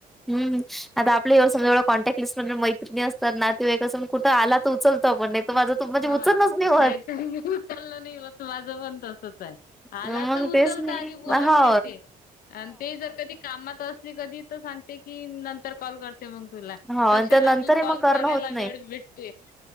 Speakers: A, in the centre; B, on the left.
A: हम्म आता आपले एवढ समजा एढ कॉन्टॅक्ट लिस्ट मैत्रणी असतात ना ते कसंण कुठं आला तर उचलतो आपण तर माझं तू म्हणजे
B: हा
A: उचलच नाही होत.
B: नाहीत <unintelligible> नाही बस माझं पण तसच आहे आला
A: मग
B: तर
A: तेच
B: उचलत
A: नाही
B: आणि बोलून
A: हो
B: घेते आणि ते जर कधी कामात असले कधी सांगते की नंतर कॉल कर मग तुला
A: हो
B: कशाला
A: तर नंतर
B: मग कॉल
A: करणं
B: करायला
A: होत नाही.
B: वेळ भेटते